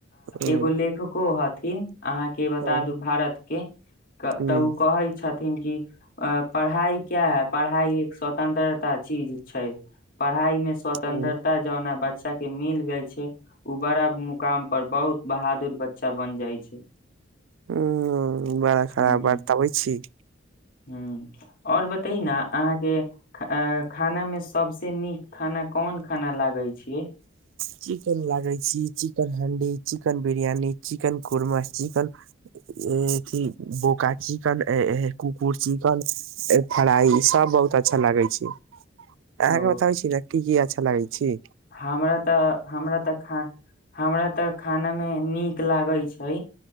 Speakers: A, on the right; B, on the left.
A: हम्म
B: एगो लेखको हत। इन अहाँके बता
A: हम्म
B: दू भारत। के।
A: हम्म
B: तऽ ओ कहै छथि। कि अ पढ़ाइ क्या है पढ़ाइ एक स्वतंत्रता चीज छै पढाई। मे स्वतंत्रता
A: हम्म
B: जाना बच। बच्चा के मिल गेल छै ओ बड़ा मुकाम पर बहुत। बहादुर बच्चा बन जाइ छै।
A: ह बड़ा
B: ह
A: खराब आ त बै छी।
B: ह आओर बतै न अहाँके खाना मे सभस नीक खाना कोन खाना लागै छै। हे।
A: चिकेन लागे छी चिकेन हंडी चिकेन बिरियानी चिकेन कर्मा चिकनथ बोका चिकन कुकुर चिकन फ्राई सब बहुत अच्छा लागे छै। अहा
B: ओ
A: के बतावें छी ने की की आ छै। अचछा लगै छै।
B: हमरा तऽ हमरा तऽ ख हमरा तऽ खाना मे नीक। नीक लागै छै।